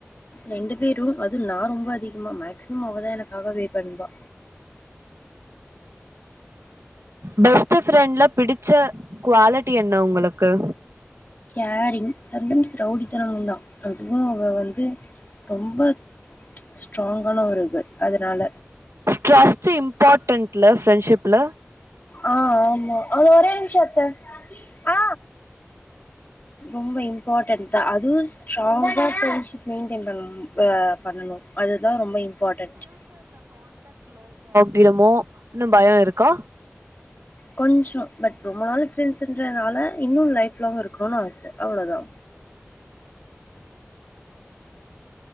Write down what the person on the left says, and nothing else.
ரெண்டு பேரு அது நா ரொம்ப அதிகமா மேக்சிமம் அவதா எனக்காக வே பண்வா
கேரிங் சம் டைம்ஸ் ரவுடித்தனமு தா அதுவு அவ வந்து ரொம்ப ஸ்ட்ராங்கான ஒரு கேல் அதனால
ஆ ஆமா ஆ ஓரே நிமிஷோ அத்த ஆ ரொம்ப இம்பாட்டண் தா அதுவு ஸ்ட்ராங்கா ப்ரெண்ஷிப் மேண்டெய்ன் பண்ணு அ பண்ணனு அதுதா ரொம்ப இம்பார்ட்டன்ட்
கொஞ்சோ பட் ரொம்ப நாள் ஃப்ரெண்ட்ஸ்ன்றதுனால இன்னு லைஃப் லாங் இருக்கணுன் ஆச அவ்ளதா